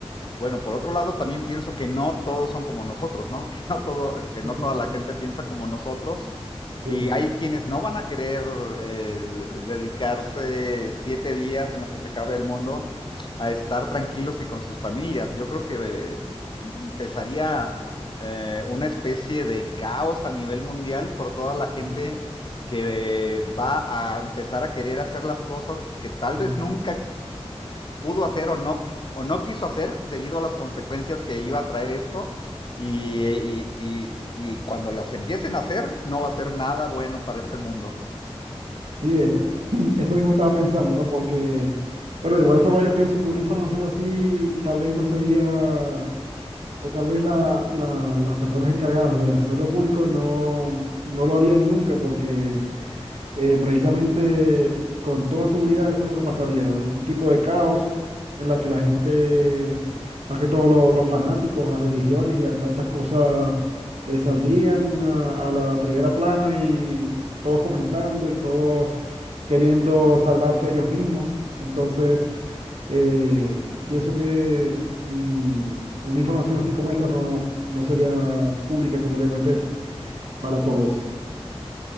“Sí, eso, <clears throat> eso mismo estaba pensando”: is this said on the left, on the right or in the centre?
Right